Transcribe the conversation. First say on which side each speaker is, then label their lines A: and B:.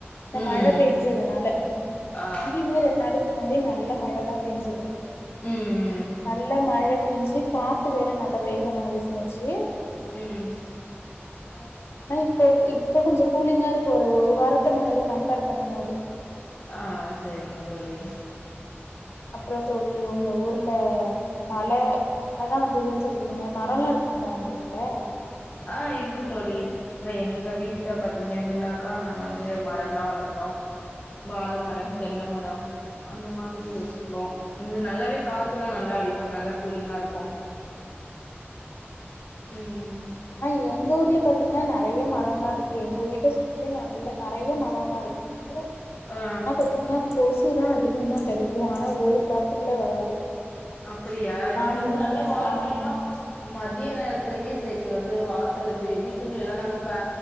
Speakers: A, on the left; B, on the left.
A: இந்த
B: ம் ம்
A: மழ பெஞ்சதுனால ம்
B: ஆ
A: இங்கியுமே ரெண்டு நாளைக் இதுக்கு முந்தே நல்ல மழ தா பேஞ்சுது
B: ம் ம்
A: நல்ல மழ பேஞ்சு காத்து வேற நல்ல வேகமா வீசுனுச்சு
B: ம்
A: ஆ ஆனா இப்போ இப்ப கொஞ்ச கூலிங்கா இருக்கு ஒரு வாரத்த முன்னாடி கம்பேர் பண்ணும் போது
B: ஆ சரிங்க தோழி
A: ஆ அப்ற தோழி உங்க ஊர்ல மழ மழதா வந்ததுன்னு சொல்றீங்க மரல்லா இருக்குங்களா உங்க ஊர்ல
B: ஆ இருக்கு தோழி இப்ப எங்க வீட்ல பாத்தீங்க அப்டின்னாக்கா நாங்க வந்து மரம்லா வளக்குறோ வாழ மரம்
A: ம்ஹும்
B: தென்ன மரம் அந்த மாதிரி வச்சிருக்கோ நல்லாவே காத்துலா நல்லா அடிக்கு நல்லா கூலிங்கா இருக்கு ம்
A: ஆனா எங்க ஊர்ல பாத்தீங்கன்னா நெறைய மரம் தா இருக்கு எங்க வீட்ட சுத்தியே நல்ல நெறைய மரம் தா இருக்கு ஏ
B: ஆ
A: ஆனா பாத்தீங்கன்னா கொசுதா அதிகமா கடிக்கு ஆனா ஒரு காத்து கூட வராது
B: அப்டியா இங்க
A: நாங்களுமே
B: வந்து நல்ல வாழமரம்ல்லா
A: ஆமா
B: மதிய நேரத்துலயுமே சரி வந்து வாசல்ல வீட்டுக்குள்ளேல்லா நாங்க ஃபே